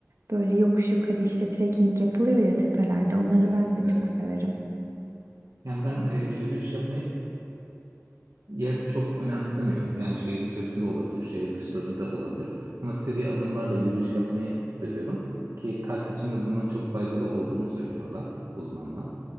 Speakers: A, on the right (about 60°); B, on the right (about 80°).
A: böyle yokuş yukarı işte trekking yapılıyor ya tepelerde. Onları
B: evet,
A: ben de
B: evet.
A: çok severim.
B: Yani ben e, yürüyüş yapmayı Yer çok önemsemiyorum. Yani şehir içerisinde olabilir, şehir dışlarında olabilir. Ama seri adımlarla yürüyüş yapmayı seviyorum. Ki kalp için de bunun çok faydalı olduğunu söylüyorlar uzmanlar.